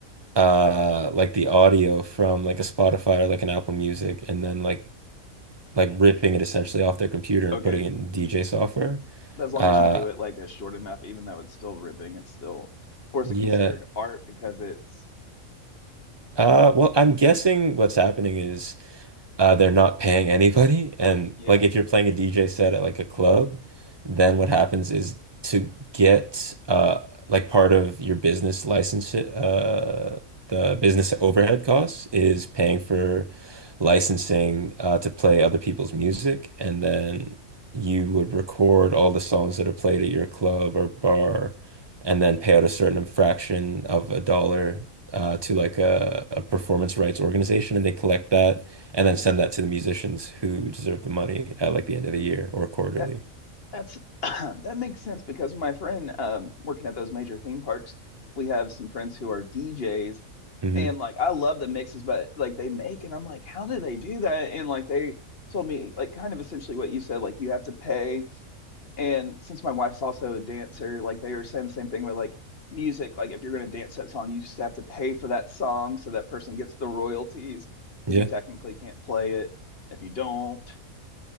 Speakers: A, on the right (about 35°); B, on the left (about 50°).
A: uh like the audio from like a Spotify or like an Apple Music and then like like ripping it essentially off their computer and
B: okay.
A: putting it in DJ software.
B: But as long
A: Uh
B: as you do it like a short enough, even though it's still ripping, it's still or is
A: yeah.
B: it considered art because it's
A: Uh well I'm guessing what's happening is uh, they're not paying anybody. And
B: yeah.
A: like if you're playing a DJ set at like a club, then what happens is to get uh, like part of your business license, uh, the business overhead costs is paying for licensing uh, to play other people's music. And then you would record all the songs that are played at your club or bar and then pay out a certain fraction of a dollar. Uh, to like a, a performance rights organization, and they collect that and then send that to the musicians who deserve the money at like the end of the year or quarterly.
B: That that's <clears throat> that makes sense because my friend um working at those major theme parks, we have some friends who are DJs
A: hmm
B: and like I love the mixes but like they make and I'm like, how do they do that? And like they told me like kind of essentially what you said, like you have to pay And since my wife's also a dancer, like they were saying the same thing with like music, like if you're going to dance that song, you just have to pay for that song so that person gets the royalties because
A: Yeah.
B: you technically can't play it if you don't.
A: <laughs>